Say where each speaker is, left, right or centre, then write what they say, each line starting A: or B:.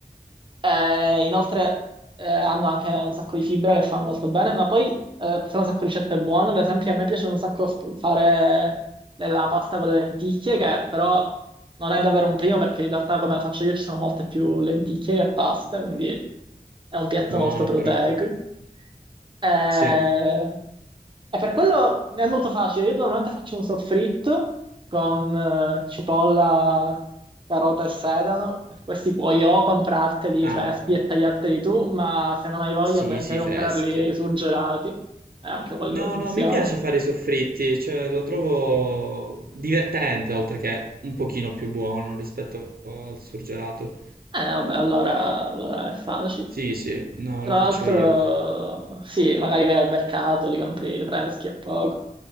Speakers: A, on the right; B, on the right.
A: Eh, inoltre eh, hanno anche un sacco di fibra che fa molto bene, ma poi eh, sono un sacco di ricette buone, ad esempio a me piace un sacco f- fare la pasta con le lenticchie, che però non è davvero un primo perché in realtà come la faccio io ci sono molte più lenticchie che pasta, quindi è un piatto
B: buone
A: molto proteico.
B: però.
A: Eh,
B: Sì.
A: E per quello è molto facile. Io normalmente faccio un soffritto con eh, cipolla, carota e sedano. Questi puoi o comprarteli
B: Ah,
A: freschi
B: eh,
A: e tagliarteli tu, ma se non hai voglia
B: sì,
A: puoi anche
B: sì,
A: comprarli
B: fresche.
A: surgelati. E anche quello
B: No,
A: funziona.
B: no, mi piace fare i soffritti, cioè lo trovo divertente, oltre che un pochino più buono rispetto al surgelato.
A: Eh, vabbè, allora, allora è facile.
B: Sì, sì, no,
A: Tra
B: lo faccio
A: l'altro,
B: io.
A: sì, magari vai al mercato, li compri freschi a poco.